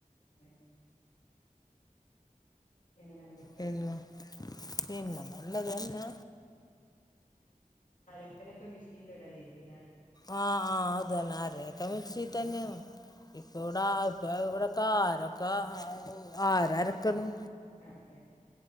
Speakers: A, on the left; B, on the left.
A: ഏയ്‌ പിന്നെന്ത്ണ്ട്
B: പിനെ പിനെ ഒന്നുല നല്ലത്തന്നെ
A: അലക്കലൊക്കെ മെഷീനിൽ ഇടൽ ആയിരിക്കുലെ
B: ആഹ ആഹ് അതന്നെ ആരൊക്കെ മിക്സി തന്നെയാണ് ഇപ്പ ഇവിട ഇപ്പ ഇവിടെക്ക ആാരൊക്കെ ആരാരക്കുന്നു
A: അതെ